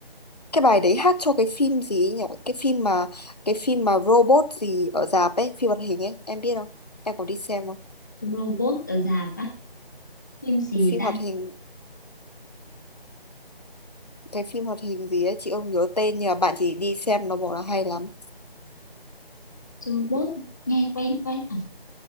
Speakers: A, on the left (about 45°); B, on the left (about 20°).
A: cái bài đấy hát cho cái phim gì ấy nhỉ cái phim mà cái phim mà robot gì ở rạp ấy phim hoạt hình ấy em biết không em có đi xem không
B: robot ở rạp á? Phim gì
A: cái phim
B: ta?
A: hoạt hình cái phim hoạt hình gì ấy chị không nhớ tên nhưng mà bạn chỉ đi xem nó bảo là hay lắm
B: Robot nghe quen quen à?